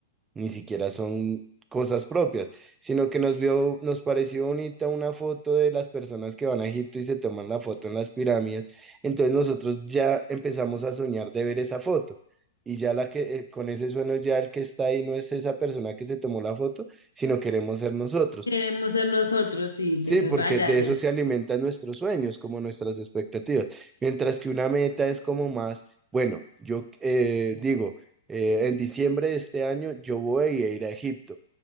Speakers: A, on the right; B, on the left.
A: ni siquiera son cosas propias, sino que nos vio, nos pareció bonita una foto de las personas que van a Egipto y se toman la foto en las pirámides. Entonces nosotros ya empezamos a soñar de ver esa foto. Y ya la que eh, con ese sueño ya el que está ahí no es esa persona que se tomó la foto, sino queremos ser nosotros.
B: Queremos ser nosotros, sí,
A: Sí,
B: tienes
A: porque
B: raya,
A: de eso se alimentan nuestros sueños, como nuestras expectativas. Mientras que una meta es como más, bueno, yo eh, digo, eh, en diciembre de este año yo voy a ir a Egipto.